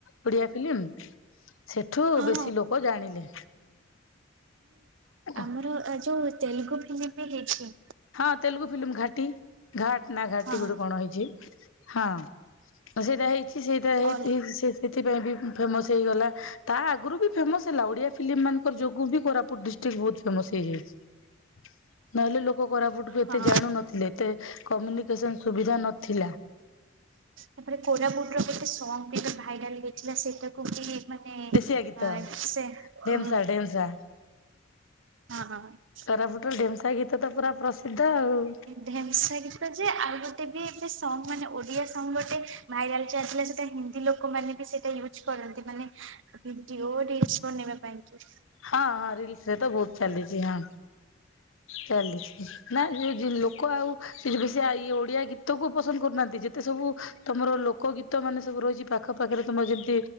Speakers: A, on the left (about 80°); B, on the right (about 65°).
A: ଓଡିଆ ଫିଲ୍ମ ସେଠୁ
B: ହଁ
A: ବେଶୀ ଲୋକ ଜାଣିଲେ ହୁଁ
B: ମୋର ଏ ଯୋଉ ତେଲୁଗୁ ଫିଲ୍ମିମ୍ ବି ହେଇଛି।
A: ହଁ ତେଲୁଗୁ ଫିଲ୍ମ ଘାଟି ଘାଟ ନା ଘାଟି
B: ହଁ
A: ଗୋଟେ କଣ ହେଇଛି। ହଁ ସେଇଟା ହେଇଛି ସେଇଟା ହେଇଛି
B: ଅଲ୍
A: ସେ ସେଥିପାଇଁ ବି ଫେମସ ହେଇଗଲା ତା ଆଗରୁ ବି ଫେମସ ହେଲା ଓଡିଆ ଫିଲ୍ମ ମାନଙ୍କର ଯୋଗୁଁ ବି କୋରାପୁଟ ଡି ଫେମସ ହେଇଯାଇଛି ନହେଲେ ଲୋକ କୋରାପୁଟୁ ଏତେ
B: ହଁ
A: ଜାଣୁ ନ ଏତେ କମ୍ୟୁନିକେସନ ସୁବିଧା ନଥିଲା।
B: ତାପରେ କୋରାପୁଟ ର ଗୋଟେ ସଙ୍ଗ ବି ଭାଇରାଲ ହେଇଥିଲା ସେଇଟାକୁ ବି <unintelligible>
A: ଦେଶିଆ ଗୀତ
B: ଆ ସେ ହଁ
A: ଢେମ୍ସା ଢେମ୍ସଶା
B: ହଁ
A: କୋରାପୁଟର ଢେମ୍ସା ଗୀତ ତ ପୁରା ପ୍ରସିଦ୍ଧ ଆଉ।
B: ଢେନ୍ସ ଗୀତ ଯେ ଆଉ ଗୋଟେ ବି ଏ ସଙ୍ଗ ମାନେ ଓଡିଆ ସଙ୍ଗ ଗୋଟେ ଭାଇରାଲ ଚାଲିଥିଲା ସେଟା ହିନ୍ଦୀ ଲୋକ ଲୋକମାନୋନ ବି ସେଇଟା ୟୁଜ କରନ୍ତି ମାନେ ଭିଡିଓ ରିଲସ ବନେଇବା ପାଇଁ।
A: ହଁ ହଁ ରିଲସ ରେ ତ ବହୁତ ଚାଲିଛି ହଁ ଚାଲିଛି ନା ଯ ଲୋକ ଆଉ ବେଶୀ ଇ ଓଡିଆ ଗୀତ କ ପସନ୍ଦ କରୁନାହାନ୍ତି ଯେତେ ସବୁ ତମର ଲୋକ ଗୀତ ମାନେ ସବୁ ରହିଛି ପାଖ ପାାଖରେ ତମର ଯେମିତି